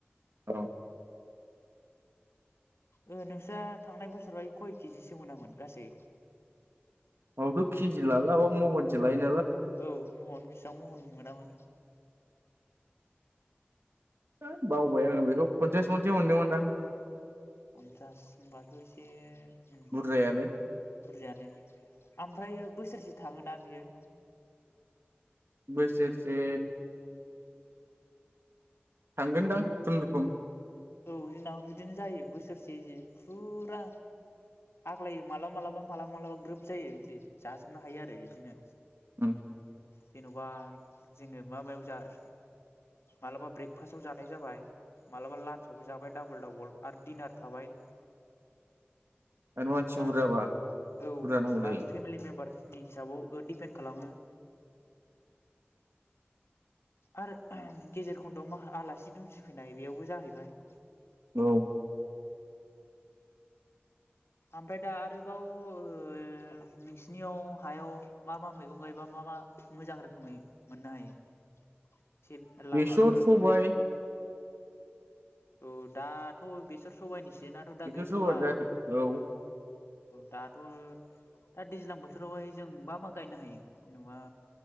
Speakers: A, on the right; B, on the left.
A: औ
B: ओ नोंस्रा थांनाय बोसोराव खय केजिसो मोनामोन गासै
A: आथ' केजि लालाबा महनसो लाय
B: औ महन बिस सिबां महन मोनामोन
A: हो बावबाय आङो बेखौ फनसास मनसो मोनदोंमोनदां
B: पन्सास होनबाथ' एसे उम
A: बुरजायानो
B: बुरजायानो ओमफ्राय बैस सेरसे थाङोना बियो
A: बोसोरसे थांगोनदां खुनुरुखुम
B: औ जोंनाबो बिदिनो जायो बोस रसे फुरा आग्लायो मालाबा मालाबा मालाबा मालाबा ग्रोब जायो बिदि जाजोबनो हायो आरो बिदिनो
A: उम
B: जेन'बा जोङो म मायाव मालाबा ब्रेकफास्ट फ्राआव जानाय जाबाय मालाबा लान्चावबो जाबाय डाबल डाबल आरो दिनार थाबाय
A: आरो मानसि
B: दा
A: बुरजाबा
B: औ
A: बुरजा नांगौ जायो
B: आरो फेमिलि मेम्बारनि हिसाबाव दिपेन्ड खालामो आरो गेजेर खन्दआव म आलासि दुमसिफैनाय बेयावबो जाहैबाय
A: औ
B: ओमफ्राय दा आरोबाव ओ नोंसिनियाव हायाव मा मा मैगं गायबा मा मा मोजां रोखोमै मोननो हायो एसे लाबा
A: बेसर
B: ओ
A: सबाय
B: औ दाथ' बेसर सबायनिसो देटाथ दा
A: बेसर
B: गैथ'वा
A: सबाय बिराद औ
B: दाथ' दा दैज्लां बोथोरावहाय जों मा मा गायनो हायो जेनेबा